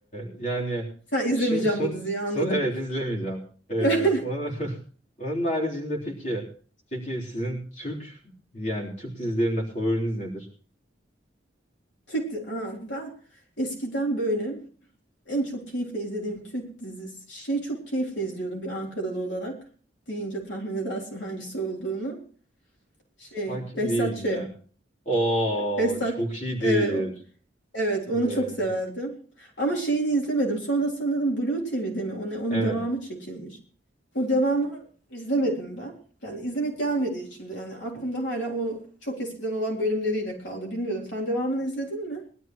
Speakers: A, on the left; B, on the left.
A: yani
B: Sen izlemeyeceğim
A: şimdi Sun
B: bu diziyi anladım.
A: son evet izlemeyeceğim. Ee,
B: <laughs>
A: onun, <laughs> onun haricinde peki peki sizin Türk yani Türk dizilerinde favoriniz nedir?
B: Türk di- Aa, ben eskiden böyle En çok keyifle izlediğim Türk dizisi. Şey çok keyifle izliyordum bir Ankaralı olarak. Deyince tahmin edersin hangisi olduğunu. Şey,
A: Hakim
B: Behzat
A: değilim
B: Ç.
A: ya. Oo
B: Behzat.
A: çok iyidir.
B: Evet, o- evet onu
A: Evet.
B: çok severdim. Ama şeyini izlemedim. Sonra sanırım Blue TV'de mi? Onu, onun
A: Evet.
B: devamı çekilmiş. O devamını izlemedim ben. Yani izlemek gelmedi içimde. Yani aklımda hala o çok eskiden olan bölümleriyle kaldı. Bilmiyorum. Sen devamını izledin mi?